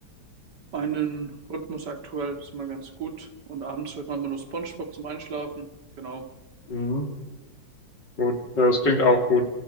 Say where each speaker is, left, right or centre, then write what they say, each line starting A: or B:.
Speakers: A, on the right; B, on the left.
A: mein Rhythmus aktuell ist immer ganz gut. Und abends hört man immer nur SpongeBob zum Einschlafen. Genau.
B: Mhm. Gut, das klingt auch gut.